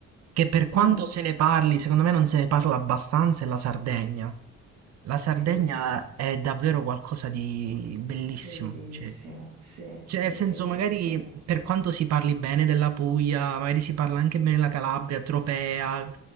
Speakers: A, on the right; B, on the right.
A: che per quanto
B: mm,
A: se ne parli, secondo me non se ne parla abbastanza, è la Sardegna. La Sardegna
B: Sì, sì,
A: è davvero qualcosa di bellissimo.
B: bellissima,
A: cioè.
B: sì,
A: Cioè,
B: sì,
A: nel senso,
B: bellissima.
A: magari per quanto si parli bene della Puglia, magari si parla anche bene della Calabria, Tropea,